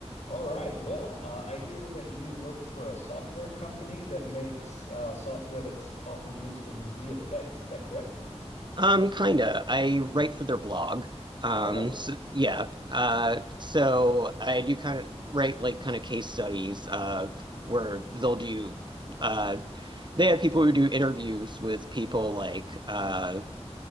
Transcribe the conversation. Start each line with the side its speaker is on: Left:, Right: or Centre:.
Left: All right. Well, uh, I hear that you work for a software company that makes uh, software that's often used in VFX. Is that correct?
Right: Um, kinda. I write for their blog. Um,
Left: Oh,
Right: so, yeah. Uh, so I do kind of write like kind of case studies, uh, where they'll do, uh, they have people who do interviews with people like, uh,